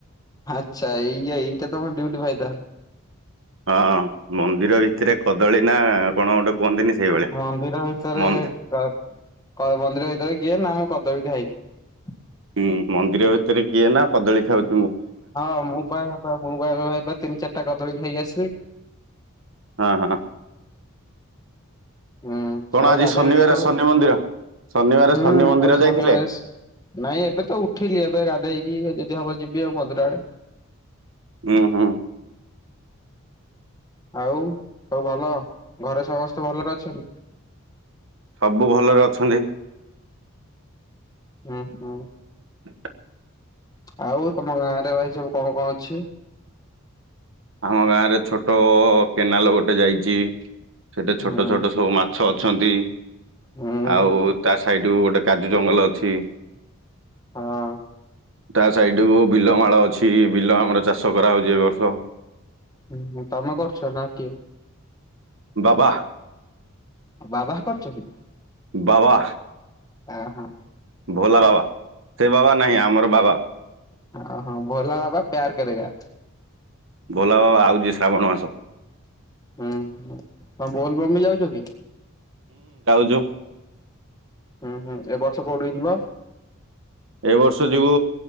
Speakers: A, on the left; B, on the right.
A: ଆଚ୍ଛା, ଏଇଆ ଏଇଟା ତୋମର ଡ୍ୟୁଟି ଭାଇ ତାହେଲେ।
B: ହଁ ମନ୍ଦିର ଭିତରେ କଦଳୀ ନା କଣ ଗୋଟେ କୁହନ୍ତିନି ସେଇଭଳିଆ।
A: ମନ୍ଦିର ଭିତରେ
B: ମନ୍ଦି
A: କ-କଣ ମନ୍ଦିର ଭିତରେ କିଏ ନା ମୁଁ କଦଳୀ ଖାଇନି।
B: ହୁଁ, ମନ୍ଦିର ଭିତରେ କିଏ ନା କଦଳୀ ଖାଉ
A: ହଁ ମୁଁ ପା ତା <unintelligible> ଏବେ ତିନି ଚାରିଟା କଦଳୀ ଖାଇକି ଆସିଲି।
B: ହଁ ହଁ।
A: ହୁଁ
B: କଣ
A: ଆଉ
B: ଆଜି
A: ଗାଧେଇବା
B: ଶନିବାର
A: କେତେବେଳେ?
B: ଶନି ମନ୍ଦିର। ଶନିବାର
A: ହୁଁ
B: ଶନି ମନ୍ଦିର
A: ଆଜି
B: ଯାଇଥିଲେ
A: ଶନିବାର ନାଇଁ ଏବେ ତ ଉଠିଲି ଏବେ ଗାଧେଇକି ଯିବି। ଯଦି ଯିବି ଆଉ ମନ୍ଦିର ଆଡେ।
B: ହଁ ହଁ।
A: ଆଉ ସବୁ ଭଲ ଘରେ ସମସ୍ତେ ଭଲରେ ଅଛନ୍ତି?
B: ସବୁ ଭଲରେ ଅଛନ୍ତି।
A: ହଁ ହଁ।
B: <inaudible>
A: ଆଉ ତମ ଗାଁ ରେ ଭାଇ ସବୁ କଣ କଣ ଅଛି?
B: ଆମ ଗାଁ ରେ ଛୋଟ କେନାଲ ଗୋଟେ ଯାଇଛି ସେଠି ଛୋଟ
A: ହୁଁ
B: ଛୋଟ ସବୁ ମାଛ ଅ ଅଛନ୍ତି
A: ହୁଁ
B: ଆଉ ତା ସାଇଡ୍ ରୁ ଗୋଟେ କାଜୁ ଜଙ୍ଗଲ ଅଛି।
A: ହଁ।
B: ତା ସାଇଡ୍ କୁ ବିଲ ମାଳ ଅଛି ବିଲ ଆମର ଚାଷ କରାଯାଉଛି ଏ ବର୍ଷ।
A: ହୁଁ ତମେ କରୁଛ ନା ଆଉ କିଏ?
B: ବାବା।
A: ବାବା କରୁଛନ୍ତି।
B: ବାବା
A: ହ ହଁ।
B: ଭୋଲା ବାବା ସେ ବାବା। ନାହିଁ ଆମର ବାବା
A: ହ ହଁ ଭୋଲା ବାବା ପ୍ୟାର୍ କରେଗା।
B: ଭୋଲା ବାବା ଆଉଛି ଶ୍ରାବଣ ମାସ।
A: ହୁଁ ହ ତମେ ବୋଲ୍ ବମ୍ ବି ଯାଉଛ କି?
B: ଯୋଉ
A: ହୁଁ ହୁଁ ଏବ ବର୍ଷ କୋଉଠି ଯିବ?
B: ଏ ବର୍ଷ ଯିବୁ